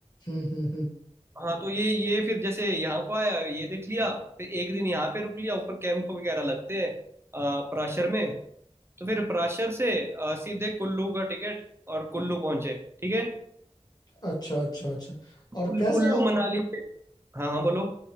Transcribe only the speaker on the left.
हम्म हम्म हम्म
अच्छा अच्छा अच्छा और
कैसे
आऊँ